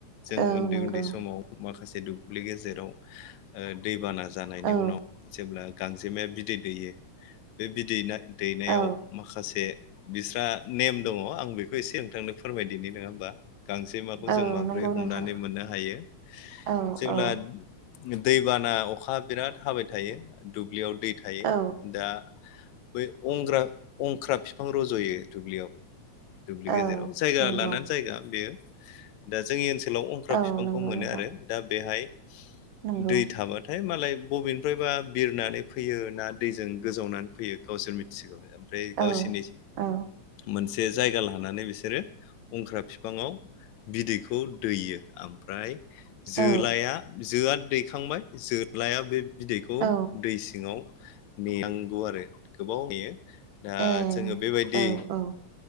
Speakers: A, on the left; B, on the right.
A: जों
B: औ
A: उन्दै
B: नंगौ
A: उन्दै समाव माखा से दुब्लि गेजेराव ओ दैबाना जानायनि
B: औ
A: उनाव जेब्ला गांजेमाया बिदै दैयो बे बिदै दैनायाव
B: औ
A: माखासे बिस्रा नेम दङ आं बेखौ एसे नोंथांनो फोरमायदिनि नंङा होमबा? गांजेमाखौ
B: औ
A: जों माब्रै
B: नंगौ
A: हमनानै
B: नोंथां
A: मोननो हायो
B: औ
A: जेब्ला
B: औ
A: दैबाना अखा बिराद हाबाय थायो दुब्लियाव दै थायो
B: औ
A: दा बै अंग्रा अंख्रा बिफां रज'यो दुब्लियाव। दुब्लि गेजेराव
B: औ
A: जायगा
B: नंगौ
A: लानानै जायगा बेयो दा जोंनि ओनसो ओनसोलाव अंख्रा
B: औ
A: बिफांखौ
B: नंगौ
A: मोनो
B: नोंथां
A: आरो दा बेहाय
B: नंगौ
A: दै थाबाथाय मालाय बबेनिफ्रायबा बिरनानै फैयो ना दैजों गोजावनानै फैयो गावसोर मिथिसिगौ ओमफ्राय गावसिनि
B: औ औ
A: मोनसे जे जायगा लानानै बिसोरो अंख्रा बिफाङाव बिदैखौ दैयो ओमफ्राय जोलाया
B: औ
A: जोआ दैखांबाय जोलाया बे बिदैखौ
B: औ
A: दै सिङाव नेनांगौ आरो गोबाव नेयो दा
B: ए
A: जोङो बेबायदि
B: औ औ